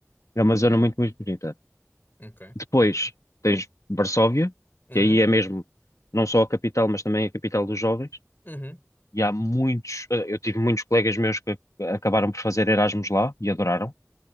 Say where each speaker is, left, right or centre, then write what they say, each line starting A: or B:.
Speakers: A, on the left; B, on the left.
A: é uma zona muito, muito bonita.
B: ok,
A: Depois
B: ok.
A: tens Varsóvia,
B: Uhum,
A: que aí é mesmo não só a capital, mas também a capital dos jovens.
B: uhum,
A: E há muitos, eh, eu tive muitos colegas meus que acabaram por fazer Erasmus lá e adoraram.